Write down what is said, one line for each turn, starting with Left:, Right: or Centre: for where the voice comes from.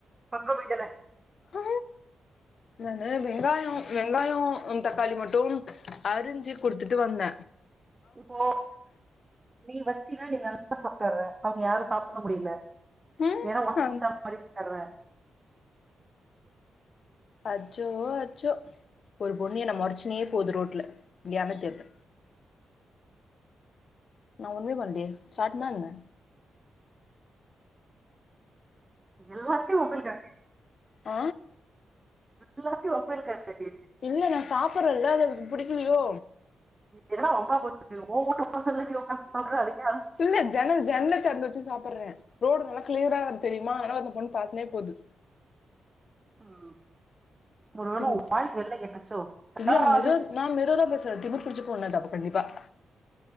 Right: பக்கோ போயிட்டல
Left: ஆ என்னாது வெங்காயோ வெங்காயோ தக்காளி மட்டும் அரிஞ்சு குடுத்துட்டு வந்த
Right: இப்போ நீ வச்சியில்ல நீ நல்லா சாப்டு வர அவுங்க யாரு சாப்புட முடியல
Left: ம்
Right: ஏன்னா உனக்கு
Left: அ
Right: <unintelligible>
Left: அச்சோ அச்சோ ஒரு பொண்ணு என்ன மொறச்சினே போது ரோட்ல ஏன்னே தெர்ல நா ஒண்ணுமே பண்ணலயே சாப்டுதா இருந்த
Right: எல்லாத்தயு வம்பிழுக்காத
Left: அ
Right: எல்லாத்தியு வம்பிழுக்காத வேண்டியது
Left: இல்ல நா சாப்புட்றேல்ல அது அவருக்கு புடிக்கலையோ
Right: என்னடா வம்பா போச்சு உன் வுட்டு வாசல்ல நீ ஒக்காந்து சாப்புட்ற அதுக்கு ஏன்
Left: இல்ல ஜன்னல் ஜன்னல்ல திறந்து வச்சு சாப்புட்றே ரோடு நல்லா கிளியரா வேற தெரியுமா அதனால அந்த பொண்ணு பாத்துன்னே போகுது
Right: ம் ஒரு வேள
Left: திமிர்
Right: <inaudible> வாய்ஸ் வெள்ள கேட்டுர்ச்சோ
Left: இல்ல
Right: யார்ரா
Left: நா மெதுவா
Right: அது
Left: நா மெதுவாத பேசுற திமுர் புடிச்ச பொண்ணு அது கண்டிப்பாக